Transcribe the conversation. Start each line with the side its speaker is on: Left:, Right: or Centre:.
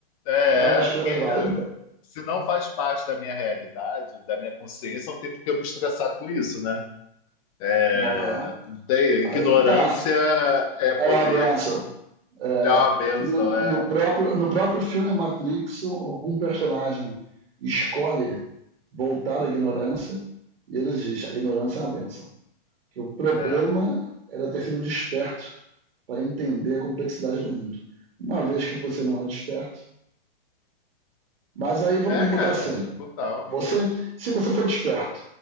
Left: É,
Right: É uma escolha
Left: que
Right: válida.
Left: se não faz parte da minha realidade, da minha consciência, não tem por que eu me estressar com isso, né? É,
Right: Uma...
Left: não tem,
Right: Aí
Left: ignorância
Right: é que tá.
Left: é
Right: Aí
Left: poder,
Right: é uma benção. É,
Left: é uma benção,
Right: no,
Left: é,
Right: no, próprio, no próprio filme Matrix, um personagem escolhe voltar à ignorância e ele diz: a ignorância é uma benção. Que o problema
Left: é.
Right: era ter sido desperto para entender a complexidade do mundo. Uma vez que você não é desperto, mas aí vamos
Left: É,
Right: botar
Left: cara,
Right: assim:
Left: total.
Right: você, se você for desperto,